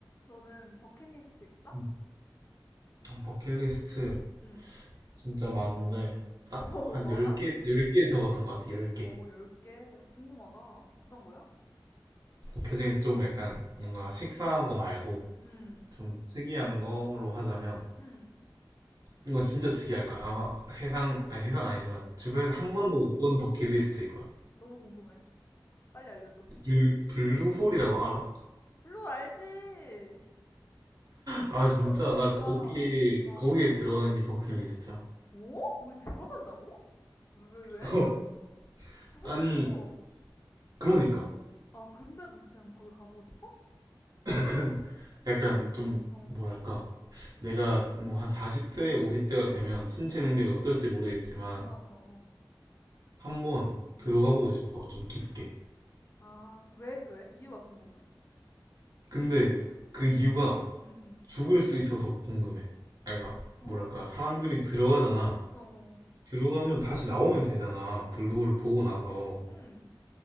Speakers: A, on the left; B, on the right.
A: 너는 버킷리스트 있어?
B: 음, 아, 버킷리스트
A: 응.
B: 진짜 많은데 딱
A: 오,
B: 한
A: 많아?
B: 10개, 10개 적었던 것 같아, 10개.
A: 오, 10개. 궁금하다. 어떤 거야?
B: 그중에 좀 약간 뭔가 식상한 거 말고
A: 응,
B: 좀 특이한 걸로 하자면
A: 응.
B: 이건 진짜 특이할 거야. 아마 세상, 아니 세상 아니지만 주변에서 한 번도 못 본 버킷리스트일 거야.
A: 너무 궁금해. 빨리 알려줘.
B: 블, 블루홀이라고 알아?
A: 블루홀 알지?
B: 아 진짜
A: 블루홀 어떻게
B: 나
A: 몰라?
B: 거기에
A: 어.
B: 거기에 들어가는 게 버킷리스트야.
A: 오? 거기 들어간다고? 왜, 왜,
B: <laughs>
A: 왜? 죽을
B: 아니
A: 수도 있어.
B: 그러니까
A: 아, 그런데도 그냥 거기 가보고 싶어?
B: <laughs> 약간 좀
A: 어,
B: 뭐랄까 내가 뭐 한 40대, 50대가 되면 신체
A: 어,
B: 능력이 어떨지 모르겠지만
A: 어, 어, 어.
B: 한번
A: 음.
B: 들어가 보고 싶어. 좀 깊게.
A: 아, 왜, 왜? 이유가 궁금해.
B: 근데 그 이유가
A: 응, 응,
B: 죽을 수 있어서 궁금해. 아이가
A: 응.
B: 뭐랄까
A: 어?
B: 사람들이 들어가잖아.
A: 어, 어.
B: 들어가면 다시 나오면 되잖아. 블루홀을
A: 그,
B: 보고 나서.
A: 응.